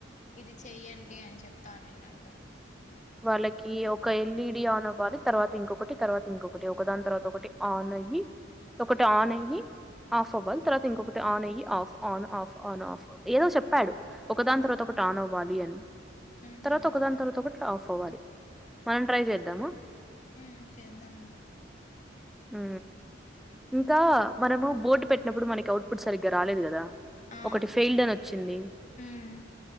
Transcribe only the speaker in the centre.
వాళ్ళకి ఒక ఎల్ఈడి ఆన్ అవ్వాలి తర్వాత ఇంకొకటి తర్వాత ఇంకొకటి ఒకదాని తర్వాత ఒకటి ఆన్ అయ్యి ఒకటి ఆన్ అయి ఆఫ్ అవ్వాలి తర్వాత ఇంకొకటి ఆన్ అయ్యి off on off on off ఏదో చెప్పాడు ఒకదాని తర్వాత ఒకటి ఆన్ అవ్వాలి అని
తర్వాత ఒక దాని తర్వాత ఒకటి ఆఫ్ అవ్వాలి మనం ట్రై చేద్దాము
హూ ఇంకా మనము బోర్డు పెట్టినప్పుడు మనకి అఔట్పుట్ సరిగ్గా రాలేదు కదా
ఒకటి ఫెయిల్డ్ అని వచ్చింది